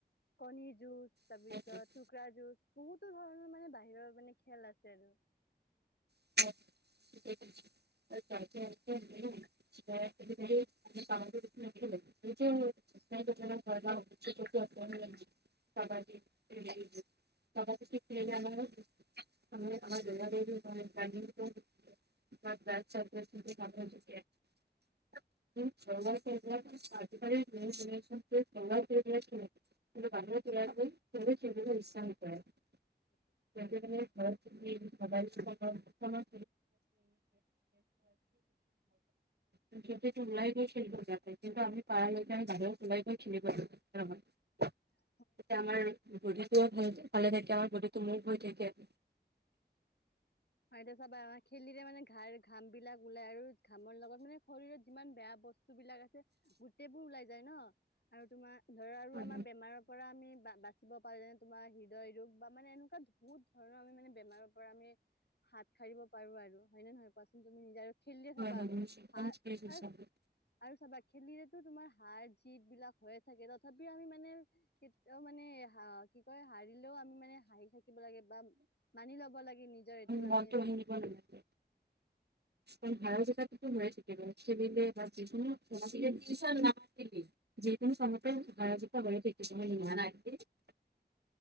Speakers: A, on the left; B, on the right.
A: কণী যুঁজ তাৰপিছত
B: হেল্ল'
A: কুকুৰা যুঁজ বহুতো ধৰণৰ মানে বাহিৰৰ মানে খেল আছে আৰু।
B: <unintelligible> <unintelligible> <unintelligible> <unintelligible> <unintelligible> <unintelligible> আজিকালি <unintelligible> কিন্তু বাহিৰত ওলাই গৈ <unintelligible> খেলিবলৈ ইচ্ছা নকৰে।
A: উম <inaudible>
B: <unintelligible> ঘৰতে বহি মবাইল চোবাইল <unintelligible> সিহঁতেটো ওলাই গৈ খেলিব বেয়া পায় কিন্তু আমি পাৰা লৈকে বাহিৰত ওলাই গৈ খেলিব <unintelligible>
A: উ <unintelligible>
B: তেতিয়া আমাৰ বডীটোও ভাল ভালে থাকে, আমাৰ বডীটোও মুভ হৈ থাকে।
A: এতিয়া চাবা খেলিলে মানে ঘা ঘাম ওলাই আৰু ঘামৰ লগত মানে শৰীৰত যিমান বেয়া বস্তু বিলাক আছে গোটেই বোৰ ওলাই যায় ন, আৰু তোমাৰ ধৰা আৰু
B: হয়
A: আমাৰ বেমাৰৰ পৰা আমি বা বা ছিব পাৰে, যেনে তোমাৰ হৃদয় ৰোগ বা মানে এনেকুৱা বহুত ধৰণৰ আমি মানে বেমাৰৰ পৰা আমি হাত সাৰিব পাৰো আৰু হয়নে নহয় কোৱাচোন তুমি নিজে। খেলিলে
B: <inaudible>
A: চাবা হাত আৰু আৰু চাবা খেলিলেতো তোমাৰ হাৰ জিত বিলাক হৈয়ে থাকে, তথাপিও আমি মানে কেতিয়াও মানে হা কি কয় হাৰিলেও আমি মানে হাঁহি থাকি থাকিব লাগে বা, মানি লব লাগে নিজৰ এইটো আমি
B: মাতটো ভাঙি ভাঙি আহিছে।
A: <inaudible>
B: <inaudible> <inaudible>